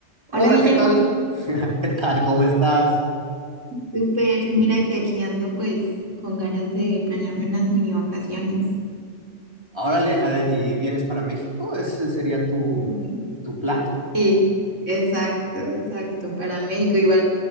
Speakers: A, on the right; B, on the right.
A: Hola,
B: Hola Guillermo,
A: ¿qué tal? <laughs> ¿Qué tal? ¿Cómo estás?
B: súper, mira que aquí ando pues con ganas de planearme unas mini vacaciones.
A: Órale, eh, ¿y vienes para México? ¿Ese sería tu,
B: Uy.
A: tu plan?
B: Sí, exacto, exacto, para México igual.